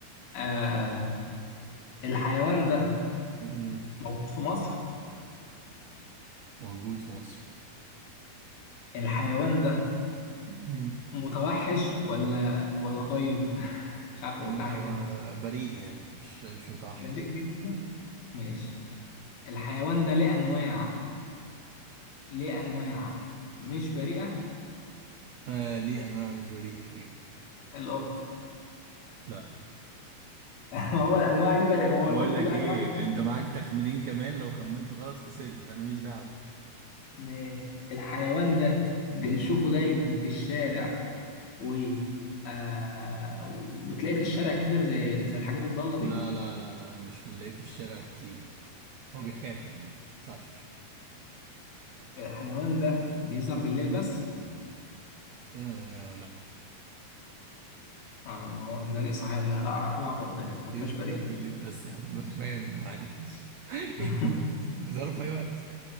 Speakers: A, on the left; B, on the right.
A: آه الحيوان ده
B: مم.
A: موجود في مصر
B: موجود في مصر
A: الحيوان ده
B: مم.
A: متوحش ولا ولا طيب <laughs> مش عارف
B: لا
A: هو في حاجة
B: هو
A: تانية أصلا
B: بريء يعني مش مش متوحش
A: بريء جدا ماشي الحيوان ده ليه أنواع ليه أنواع مش بريئة
B: آه ليه انواع مش بريء ايوه
A: القط
B: لا
A: <laughs> ما هو الأنواع اللي بريئة ما هو
B: بقول
A: القط
B: لك
A: ليه
B: ايه
A: أنواع مش
B: انت معاك تخمينين كمان لو خمنت غلط خسرت انا مش دعوه
A: ماشي الحيوان ده بنشوفه
B: مم.
A: دايما في الشارع و آه وبتلاقيه في الشارع كتير زي زي الحاجات الضالة دي
B: لا لا لا لا مش بنلاقيه في الشارع كتير لا هو
A: ماشي
B: بيخاف يعني ما بيطلعش في الشارع
A: الحيوان ده بيظهر بالليل بس
B: آه لا
A: آه ما هو مش بريء صحيح لا- لا- العبط ده الخفاش
B: ايه بيظهر
A: بريء
B: بالليل بس يا عم باتمان معانا <laughs>
A: <laughs>
B: بيظهروا في اي وقت